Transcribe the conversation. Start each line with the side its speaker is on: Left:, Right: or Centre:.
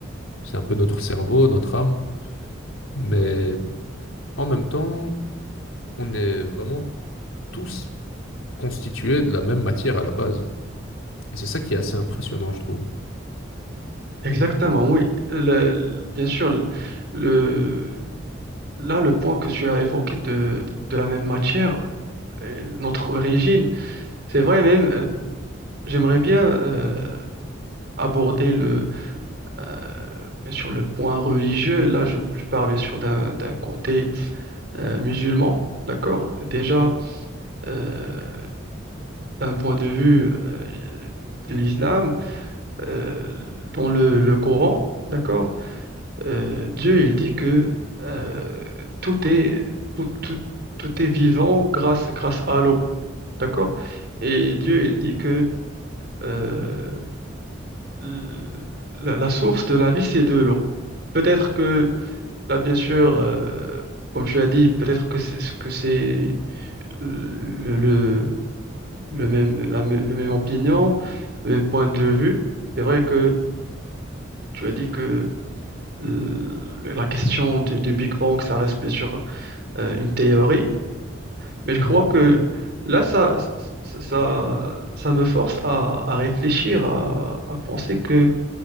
Left: C'est un peu notre cerveau, notre âme. Mais en même temps, on est vraiment tous constitués de la même matière à la base. Et c'est ça qui est assez impressionnant, je trouve.
Right: Exactement, oui. Le- le- bien sûr, le, le- là, le point que tu as évoqué de, de la même matière, euh, notre origine. C'est vrai même, euh, j'aimerais bien euh, aborder le, euh, bien sûr le point religieux. Là, je, je parle bien sûr d'un d'un côté euh, musulman, d'accord? Déjà, euh, d'un point de vue euh, de l'islam, euh, dans le, le Coran, d'accord? Euh, Dieu, il dit que euh, tout est, tout, tout, tout est vivant grâce, grâce à l'eau, d'accord? Et Dieu, il dit que euh, l- la, la source de la vie, c'est de l'eau. Peut-être que, là, bien sûr, euh, comme tu as dit, peut-être que c'est que c'est euh, le, le, le même, la, mê- le même opinion, le même point de vue. C'est vrai que tu as dit que euh, la question du, du Big Bang, ça reste bien sûr euh, une théorie, mais je crois
Left: Mhm.
Right: que là, ça, ça, ça, ça me force à, à réfléchir, à, à penser que